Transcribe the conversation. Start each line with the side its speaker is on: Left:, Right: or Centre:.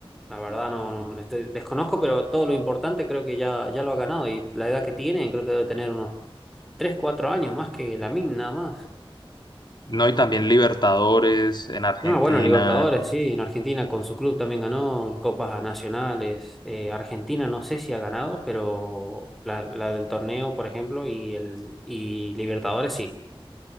Centre: La verdad no, no no estoy- desconozco, pero todo lo importante creo que ya, ya lo ha ganado y la edad que tiene creo que debe tener unos 3 4 años más que Lamine nada más.
Left: No, y también Libertadores en Argentina,
Centre: No, bueno, Libertadores, sí, en Argentina con su club también ganó copas nacionales. Eh, Argentina no sé si ha ganado, pero la, la del torneo, por ejemplo, y el y Libertadores sí.